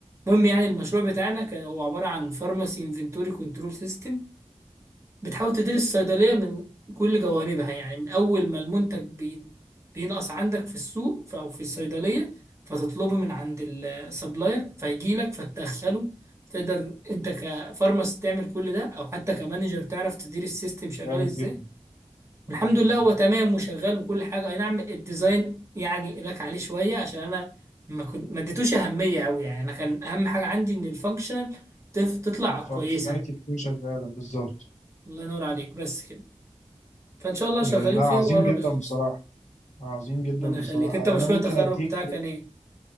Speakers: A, on the right; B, on the left.
A: المهم يعني المشروع بتاعنا كان هو عباره عن فارماسي انفنتوري كنترول سيستم بتحاول تدير الصيدليه من كل جوانبها يعني من اول ما المنتج بي بينقص عندك في السوق ف- او في الصيدليه فتطلبه من عند السبلاير فيجي لك فتدخله تقدر انت كفارماسي تعمل كل ده او حتى كمانجر تعرف تدير السيستم شغال
B: جامد
A: ازاي
B: جدا جامد
A: والحمد لله
B: جدا
A: هو تمام وشغال وكل حاجه اي نعم الديزاين يعني لك عليه شويه عشان انا ما كنت ما اديتوش اهميه قوي يعني انا كان اهم حاجه عندي ان الفانكشنال تف- تطلع
B: الفانكشناليتي
A: كويسه
B: تكون شغاله بالظبط
A: الله ينور عليك بس كده فان شاء الله
B: آه
A: شغالين
B: لا
A: فيه
B: عظيم
A: وقرب
B: جدا
A: يخلص
B: بصراحه عظيم جدا
A: ربنا
B: بصراحه
A: يخليك انت مشروع
B: انا ممكن
A: التخرج
B: اديك
A: بتاعك كان ايه